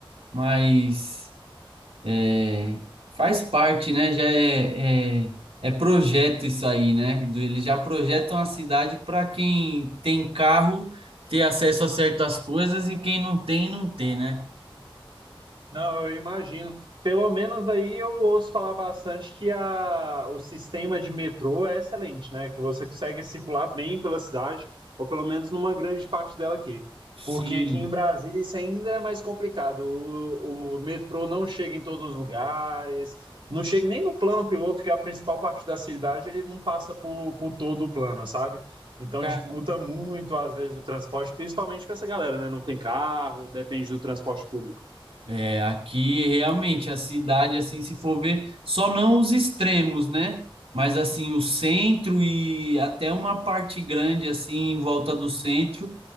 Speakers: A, on the right; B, on the right.
A: Mas é, faz parte, né? Já é, é, é projeto isso aí, né? Do- Eles já projetam a cidade para quem tem carro ter acesso a certas coisas e quem não tem, não ter, né?
B: Não, eu imagino. Pelo menos aí eu ouço falar bastante que a, o sistema de metrô é excelente, né? Que você consegue circular bem pela cidade, ou pelo menos numa grande parte dela aqui.
A: Sim,
B: Porque aqui em Brasília isso ainda é mais complicado. O, o metrô não chega em todos os lugares, não chega nem no plano piloto, que é a principal parte da cidade, ele não passa por, por todo o plano, sabe? Então
A: Caramba.
B: dificulta muito, às vezes, o transporte, principalmente para essa galera, né? Não tem carro, depende do transporte público.
A: É, aqui realmente a cidade, assim, se for ver, só não os extremos, né? Mas assim, o centro e até uma parte grande, assim, em volta do centro,